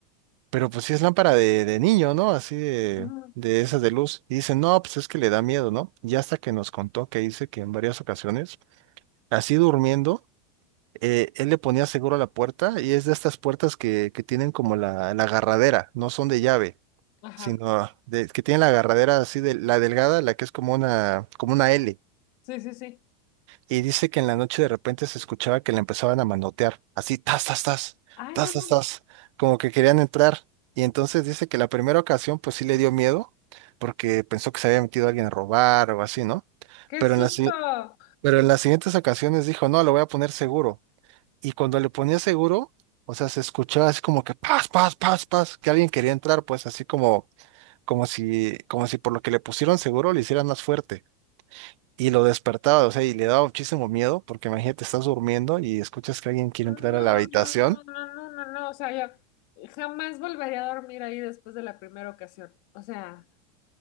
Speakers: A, on the right; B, on the left.
A: Pero pues sí es lámpara de, de niño, ¿no? Así de,
B: ujú,
A: de esas de luz. Y dicen, no, pues es que le da miedo, ¿no? Y hasta que nos contó que dice que en varias ocasiones, así durmiendo, eh, él le ponía seguro a la puerta y es de estas puertas que, que tienen como la, la agarradera, no son de llave,
B: Ajá.
A: sino de, que tienen la agarradera así de la delgada, la que es como una, como una L.
B: Sí, sí, sí.
A: Y dice que en la noche de repente se escuchaba que le empezaban a manotear, así, tas, tas, tas,
B: Ay,
A: tas,
B: no mames.
A: tas, tas, como que querían entrar. Y entonces dice que la primera ocasión pues sí le dio miedo porque pensó que se había metido alguien a robar o así, ¿no?
B: ¡Qué
A: Pero
B: susto!
A: en las, si- pero en las siguientes ocasiones dijo, no, lo voy a poner seguro y cuando le ponía seguro, o sea, se escuchaba así como que paz, paz, paz, paz, que alguien quería entrar, pues así como, como si, como si por lo que le pusieron seguro le hicieran más fuerte. Y lo despertaba, o sea, y le daba muchísimo miedo, porque imagínate, estás durmiendo y escuchas que alguien quiere
B: No,
A: entrar a la habitación.
B: no, no, no, no, no, no, no, o sea, yo jamás volvería a dormir ahí después de la primera ocasión. O sea,